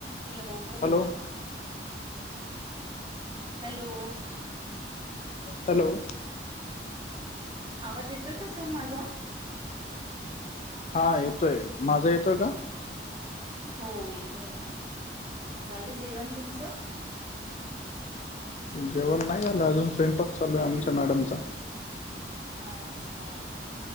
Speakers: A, on the right; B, on the left.
A: हॅलो
B: हो
A: हॅलो
B: हॅलो
A: आवाज येतोय का सर माझा
B: हा येतोय माझा येतोय का
A: हो येतोय ना झालं जेवण तुमचं
B: जेवण नाही झालं अजून स्वयंपाक चालू आहे आमच्या मॅडमचा
A: अच्छा